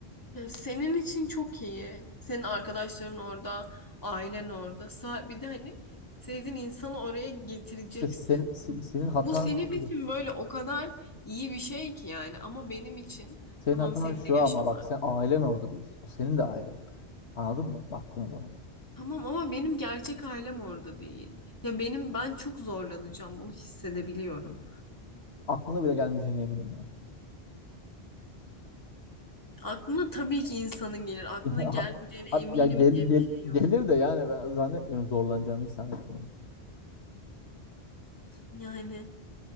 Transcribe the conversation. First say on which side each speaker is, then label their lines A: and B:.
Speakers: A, on the left (about 20°); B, on the left (about 80°).
A: Ee, Senin için çok iyi. Senin arkadaşların orada, ailen orada. Sa- Bir de hani sevdiğin insanı oraya getireceksin.
B: İşte sen, se- senin hatan
A: Bu senin
B: şurada.
A: için böyle o kadar iyi bir şey ki yani. Ama benim için
B: Senin
A: tamam
B: hatan
A: senin
B: şu
A: de
B: ama
A: yaşam
B: bak sen ailen orada diyorsun. O senin de ailen. Anladın mı? Baktığın zaman.
A: Tamam ama benim gerçek ailem orada değil. Ya benim ben çok zorlanacağım bunu hissedebiliyorum.
B: aklına bile gelmeyeceğine eminim yani.
A: Aklına tabii ki insanın gelir. Aklına
B: <laughs>
A: gelmeyeceğine eminim
B: Hat- ya gel,
A: diye bir
B: gel-
A: şey yok.
B: gelir de yani ben zannetmiyorum zorlanacağını hiç zannetmiyorum.
A: Yani